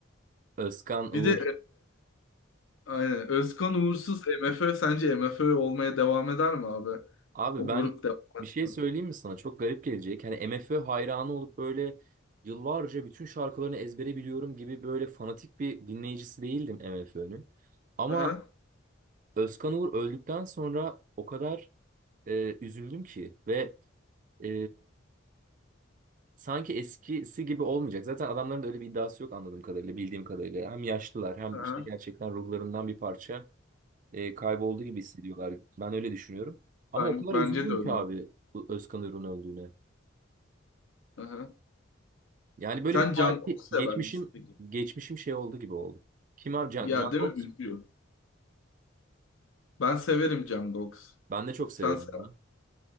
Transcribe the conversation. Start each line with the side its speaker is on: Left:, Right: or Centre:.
Right: Özkan Uğur.
Left: Bir de e, aynen. Özkan Uğursuz MFÖ sence M F MFÖ olmaya devam eder mi abi?
Right: Abi
Left: O
Right: ben
Left: grup devam eder
Right: bir şey söyleyeyim
Left: mi?
Right: mi sana? Çok garip gelecek. Hani MFÖ hayranı olup böyle yıllarca bütün şarkılarını ezbere biliyorum gibi böyle fanatik bir dinleyicisi değildim MFÖ'nün. Ama
Left: Aha,
Right: Özkan Uğur öldükten sonra o kadar e, üzüldüm ki ve e, sanki eskisi gibi olmayacak. Zaten adamların da öyle bir iddiası yok anladığım kadarıyla, bildiğim kadarıyla. Hem yaşlılar hem
Left: aha.
Right: işte gerçekten ruhlarından bir parça e, kaybolduğu gibi hissediyorlar. Ben öyle düşünüyorum. Ama
Left: Ben,
Right: o kadar
Left: bence
Right: üzüldüm
Left: de öyle.
Right: ki
Left: abi.
Right: abi bu Özkan Uğur'un öldüğüne.
Left: Aha.
Right: Yani böyle
Left: Sen
Right: bir tarihi
Left: Can Koks sever
Right: geçmişim
Left: misin peki?
Right: geçmişim şey oldu gibi oldu. Kim abi Can,
Left: Ya
Right: Jungkook?
Left: değil mi? Üzüyor. Ben severim Jungkook.
Right: Ben de çok severim
Left: Sen se-
Right: ya.